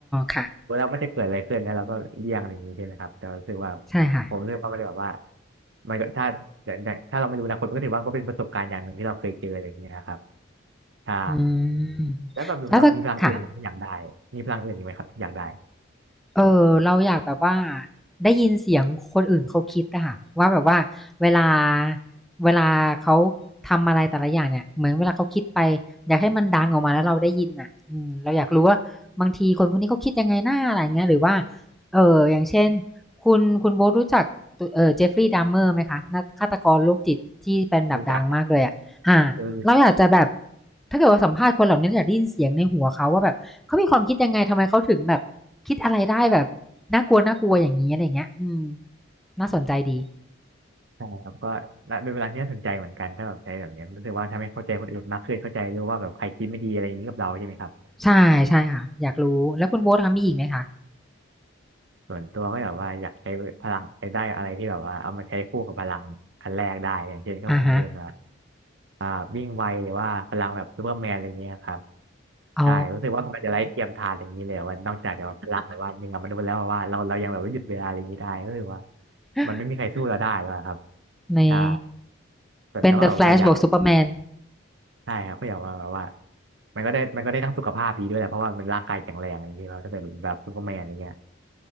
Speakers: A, in the centre; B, on the right.
A: ค่ะ
B: แล้วมันจะเกิดอะไรขึ้นแล้วเราก็เลี่ยงอะไรอย่างงี้ใช่ไหมครับแต่รู้สึกว่า
A: ใช่ค่ะ
B: ผมรู้สึกว่ามันแบบว่ามันก็ถ้าอย่างอย่างถ้าเราไม่รู้อนาคตมันก็ถือว่าก็เป็นประสบการณ์อย่างหนึ่งที่เราเคยเจออะไรเงี้ยครับใช่
A: อืม
B: แล้วแบบมีพลังมีพลังอื่นอีกไหมที่อยากได้มีพลังอื่นอีกไหมครับที่อยากได้
A: แล้วถ้าค่ะ เออเราอยากแบบว่าได้ยินเสียงคนอื่นเขาคิดอะค่ะว่าแบบว่าเวลาเวลาเขาทำอะไรแต่ละอย่างเนี่ยเหมือนเวลาเขาคิดไปอยากให้มันดังออกมาแล้วเราได้ยินอะอืมเราอยากรู้ว่าบางทีคนคนนี้เขาคิดยังไงหน้าอะไรอย่างเงี้ยหรือว่าเอออย่างเช่นคุณคุณโบ๊ทรู้จักตเออเจฟฟรีย์ดัมเมอร์ไหมคะนักฆาตกรโรคจิตที่เป็นแบบดังมากเลยอะอ่าเราอยากจะแบบ
B: รู้จัก โดยวิช
A: ถ้าเกิดว่าสัมภาษณ์คนเหล่านี้เราอยากได้ยินเสียงในหัวเขาว่าแบบ เขามีความคิดยังไง ทำไมเขาถึงแบบ คิดอะไรได้แบบ น่ากลัวน่ากลัวอย่างนี้อะไรเงี้ยอืม น่าสนใจดี
B: าครับก็น่าเป็นเวลาที่น่าสนใจเหมือนกันถ้าแบบใช้แบบเนี้ยรู้สึกว่าทำให้เข้าใจคนอื่นมากขึ้นเข้าใจรู้ว่าแบบใครคิดไม่ดีอะไรอย่างนี้กับเราใช่ไหมครับ
A: ใช่ ใช่ค่ะ อยากรู้ แล้วคุณโบ๊ทคะมีอีกไหมคะ
B: ส่วนตัวก็แบบว่าอยากใช้พลังใช้ได้อะไรที่แบบว่าเอามาใช้คู่กับพลังอันแรกได้อย่างเช่นก็คงจะเป็นแบบ
A: อ่าฮะ
B: อ่าวิ่งไวหรือว่าพลังแบบซูเปอร์แมนอะไรเงี้ยครับ
A: อ๋อ
B: ใช่รู้สึกว่ามันจะไร้เทียมทานอย่างนี้เลยว่านอกจากจะแบบพลังแบบว่าเหนือมนุษย์แล้วแบบว่าเราเรายังแบบว่าหยุดเวลาอะไรอย่างนี้ได้ก็คือว่า
A: <laughs>
B: มันไม่มีใครสู้เราได้แล้วอะครับ
A: นี่
B: ใช่ส่วนตัวก็แบบว่าอยาก
A: เป็น The Flash บวก Superman
B: ใช่ครับก็อย่างว่าแบบว่ามันก็ได้มันก็ได้ทั้งสุขภาพดีด้วยแหละเพราะว่ามันร่างกายแข็งแรงอย่างเงี้ยเราถ้าเป็นแบบซูเปอร์แมนอย่างเงี้ย